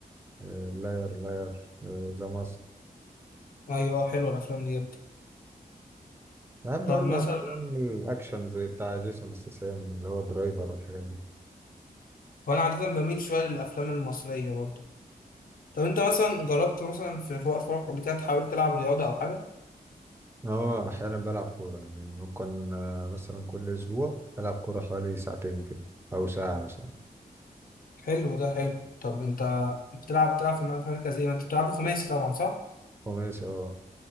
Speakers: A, on the right; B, on the left.
A: آه، لاير لاير آه، ذا ماسك
B: ايوه حلوه الافلام دي جدا
A: بحب
B: طب
A: برضه
B: مثلا
A: أفلام الأكشن زي بتاع جيسون ستاثام اللي هو درايفر والحاجات دي
B: وانا عاده بميل شويه للافلام المصريه برضو طب انت مثلا جربت مثلا في في وقت فراغك قبل كده تحاول تلعب رياضه او حاجه
A: اه احيانا بلعب كوره يعني ممكن آه، مثلا كل اسبوع العب كوره حوالي ساعتين كده او ساعه مثلا
B: حلو ده حلو طب انت بتلعب بتلعب في مركز ايه ما انت بتلعب خماسي طبعا صح
A: وماشي اه